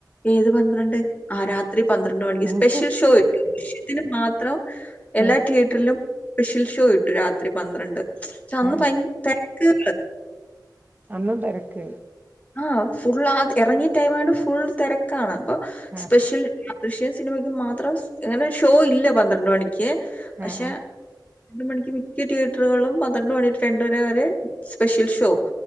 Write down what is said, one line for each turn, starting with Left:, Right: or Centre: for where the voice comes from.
Left: ഏത് പന്ത്രണ്ട് ആ രാത്രി പന്ത്രണ്ട് മണിക്ക്
Right: ആഹ്
Left: സ്പെഷ്യൽ ഷോ കട്ടു വിഷ്യത്തിന് മാത്രം
Right: ആഹ്
Left: എല്ലാ
Right: ആഹ്
Left: തിയേറ്ററിലും പഷിൽഷോ ഇട്ടു രാത്രി പന്ത്രണ്ട് പക്ഷ അന്ന്
Right: ആഹ്
Left: ഭ തിരക്ക്
Right: അന്നും തരക്ക്
Left: ആഹ ഫുൾ ആ ഇറങ്ങിയ ടൈംമായിട്ട് ഫുൾ തിരക്കാണ് അപ്പൊ
Right: ആഹ്
Left: സ്പെഷ്യൽ ദൃഷ്യൻ സിനിമയ്ക്ക് മാത്രം എങ്ങനെ ഒരു ഷോ ഇല്ല പന്ത്രണ്ട് മണിക്ക് പക്ഷെ
Right: ആഹ്
Left: രണ്ട മണിക്ക് മിക്ക തിയേറ്ററുകളിലും പന്ത്രണ്ട് മണി രണ്ട വരെ അവ ഒരു സ്പെഷ്യൽ ഷോ